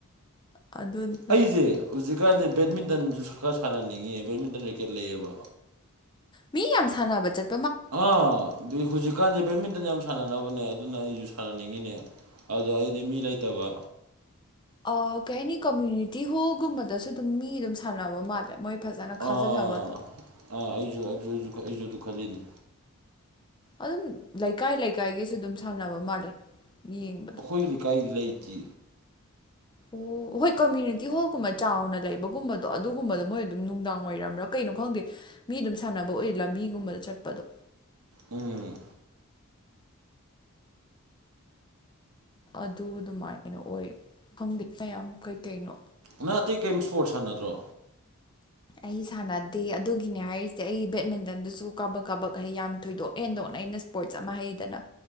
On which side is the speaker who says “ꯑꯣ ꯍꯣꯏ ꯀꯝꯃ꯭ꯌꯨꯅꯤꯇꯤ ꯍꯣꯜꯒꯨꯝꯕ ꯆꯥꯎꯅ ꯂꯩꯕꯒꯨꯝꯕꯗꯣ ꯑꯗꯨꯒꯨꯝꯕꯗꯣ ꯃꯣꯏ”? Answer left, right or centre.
Left